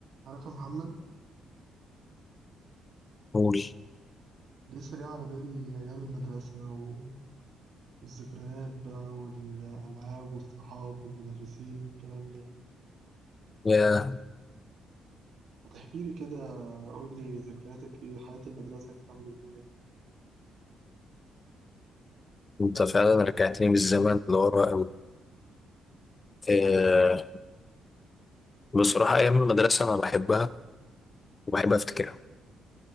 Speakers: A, on the right; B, on the left.
A: عارف يا محمد
B: قول
A: لسه جاي على بالي أيام المدرسة و- والذكريات بقى والألعاب والصحاب والمدرسين والكلام ده
B: يا
A: ما تحكيلي كده قول لي ذكرياتك إيه حياة المدرسة كانت عاملة إزاي
B: انت فعلا رجعتني بالزمن لورا قوي أه بصراحة أيام المدرسة أنا بحبها وبحب أفتكرها